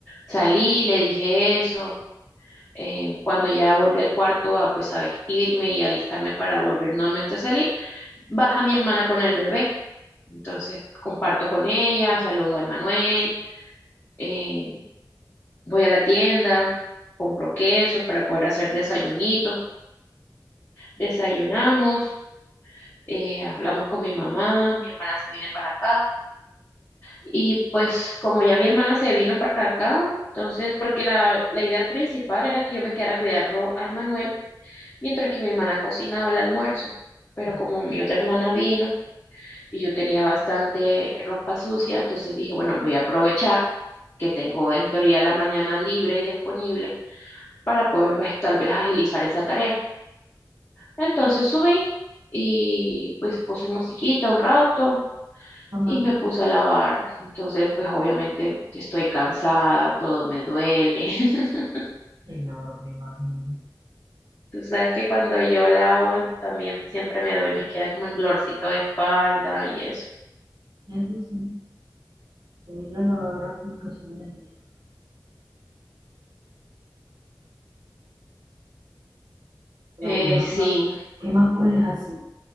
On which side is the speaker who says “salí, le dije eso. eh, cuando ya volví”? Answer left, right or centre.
Left